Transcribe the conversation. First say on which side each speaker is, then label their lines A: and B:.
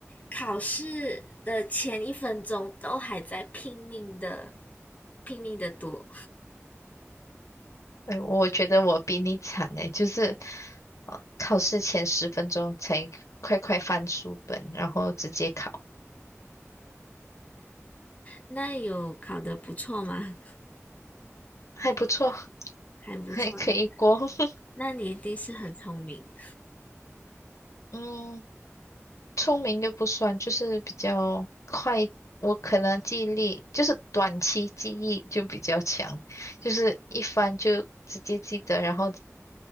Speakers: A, on the left; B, on the left.
A: 考试的前一分钟都还在拼命的拼命的读。
B: 哎，我觉得我比你惨哎，就是，呃，考试前十分钟才快快翻书本，然后直接考，
A: 那有考得不错吗？
B: 还不错，<laughs>
A: 还不错。
B: 还可以过。<laughs>
A: 那你一定是很聪明。
B: 嗯，聪明又不算，就是比较快。我可能记忆力就是短期记忆就比较强，就是一翻就直接记得，然后